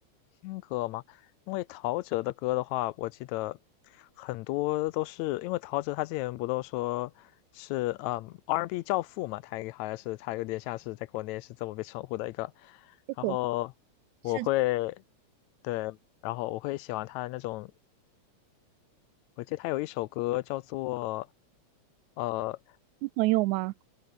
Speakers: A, on the left; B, on the right.
A: 新歌吗？因为陶喆的歌的话，我记得很多都是因为陶喆他之前不都说是嗯 R&B N 教父嘛，他也好像是他有点像是在国内是这么被称呼的一个。
B: 这首
A: 然后我会
B: 是他
A: 对，然后我会喜欢他的那种，我记得他有一首歌叫做呃
B: 的朋友吗？